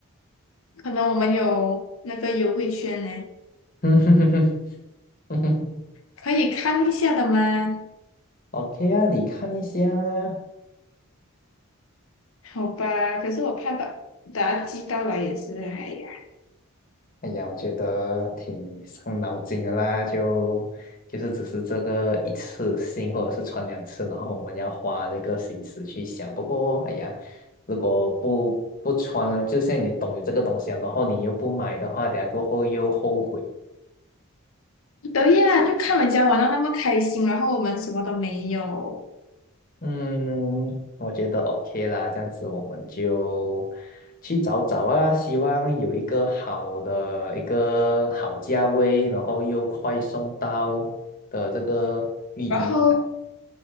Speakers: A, on the left (about 70°); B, on the left (about 40°).
A: 可能我们有那个优惠券呢，
B: <laughs> 嗯哼哼哼哼哼
A: 可以看一下的吗？
B: ，OK 啊，你看一下啊。
A: 好吧，可是我怕把把它寄到来也是，哎呀，
B: 哎呀，我觉得挺伤脑筋的啦，就就是只是这个一次性或者是穿两次，然后我们要花这个心思去想。不过，哎呀，如果不不穿，就像你懂有这个东西啊，然后你又不买的话，等下过后又后悔。
A: 对呀，就看人家玩到那么开心，然后我们什么都没有，
B: 嗯，我觉得 OK 啦，这样子我们就去找找啊，希望有一个好的一个好价位，然后又快送到的这个浴衣。
A: 然后，